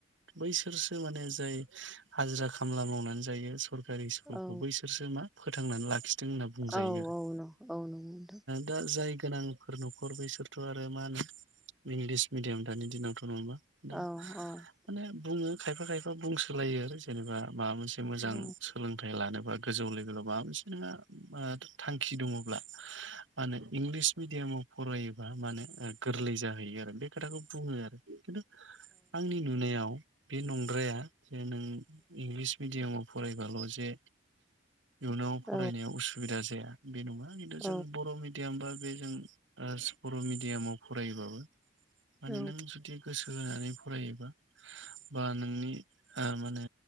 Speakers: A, on the right; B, in the centre.
A: बैसोरसो माने जाय हाजिरा खामला मावनानै जायो सरकारि स्कुलखौ
B: औ
A: बैसोरसो मा फोथांनानै लाखि दों होनना बुंजायो
B: औ
A: आरो
B: औ न औ नंगौ नोंथां
A: दा जाय गोनांफोर नखर बेसोरथ आरो मा होनो इंलिस मिडियाम दानि दिनावथ नङा होमबा दा
B: औ औ
A: माने बुङो खायफा खायफा बुंसोलायो आरो जेनेबा माबा मोनसे मोजां
B: औ
A: सोलोंथाय लानोबा गोजौ लोबेलाव माबा मोनसे नोंहा थांखि दङ इंलिस मिडियामाव फरायोबा माने गोर्लै जाहैयो आरो बे खोथाखौ बुङो आरो खिन्थु आंनि नुनायाव बे नंद्राया जे नों इंलिस मिडियामाव फरायबाल जे इयुनाव
B: औ
A: फरायनायाव उसुबिदा जाया। बे नङा। <unintelligible> जों
B: औ
A: बर' मिडियाम बा बे जों ओ बर' मिडियामाव फरायोबाबो माने
B: औ
A: नों जुदि गोसो होनानै फरायोबा बा नोंनि ओ मानो